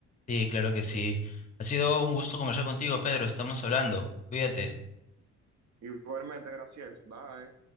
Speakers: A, on the left (about 25°); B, on the right (about 65°).
A: Sí, claro que sí. Ha sido un gusto conversar contigo, Pedro. Estamos hablando. Cuídate.
B: Igualmente, gracias. Bye.